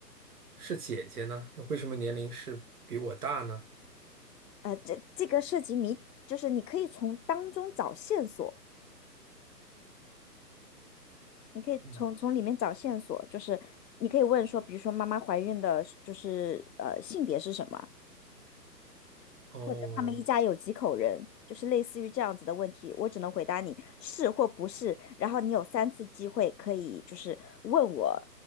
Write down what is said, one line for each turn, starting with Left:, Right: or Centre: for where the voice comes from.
Right: 是姐姐呢？为什么年龄是比我大呢？
Left: 呃，这这个涉及谜，就是你可以从当中找线索，你可以从从里面找线索，
Right: 嗯，
Left: 就是你可以问说，比如说妈妈怀孕的是就是呃性别是什么，
Right: 哦，
Left: 或者他们一家有几口人，就是类似于这样子的问题，我只能回答你是或不是，然后你有三次机会可以就是问我